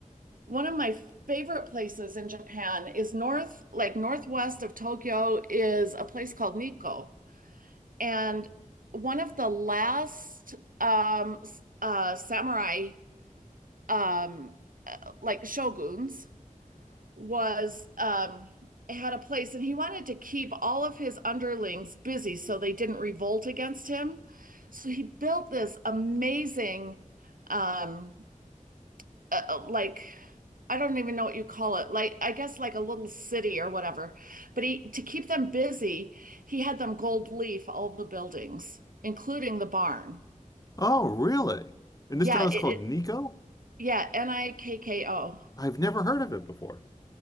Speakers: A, on the right; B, on the left.
A: One of my favorite places in Japan is north, like northwest of Tokyo, is a place called Nikko. And one of the last um, s- uh, samurai, um, uh, like shoguns, was um, had a place, and he wanted to keep all of his underlings busy so they didn't revolt against him. So he built this amazing um, uh, uh, like I don't even know what you call it. Like I guess like a little city or whatever. But he to keep them busy, he had them gold leaf all the buildings, including the barn.
B: Oh, really? And
A: Yeah,
B: this town is
A: it,
B: called
A: it
B: Nico?
A: yeah, N-I-K-K-O.
B: I've never heard of it before.